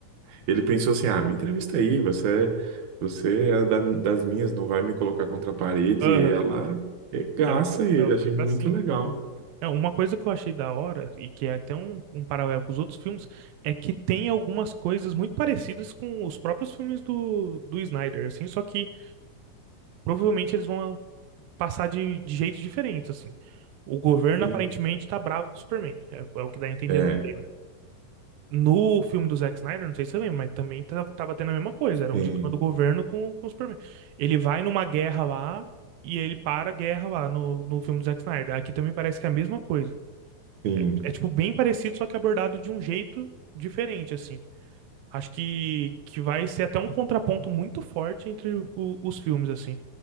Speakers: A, on the right; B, on the right.
A: ele pensou assim, ah, me entrevista aí, você, é, você é da- das minhas, não vai me colocar contra a parede.
B: aham.
A: E ela regaça
B: Ela foi,
A: ele,
B: ela foi
A: achei
B: pra
A: muito
B: cima.
A: legal.
B: É, uma coisa que eu achei da hora, e que é até um, um paralelo com os outros filmes, é que tem algumas coisas muito parecidas com os próprios filmes do, do Snyder, assim, só que provavelmente eles vão passar de, de jeitos diferentes, assim. O governo
A: Sim,
B: aparentemente tá bravo com o Superman. É, é o que dá a entender
A: é,
B: no trailer. No filme do Zack Snyder, não sei se você lembra, mas também tá- tava tendo a mesma coisa. Era um
A: sim,
B: dilema do governo com, com o Superman. Ele vai numa guerra lá e ele para a guerra lá no, no filme do Zack Snyder. Aqui também parece que é a mesma coisa.
A: sim,
B: É, tipo, bem parecido, só que abordado de um jeito diferente, assim. Acho que, que vai ser até um contraponto muito forte entre o- os filmes, assim.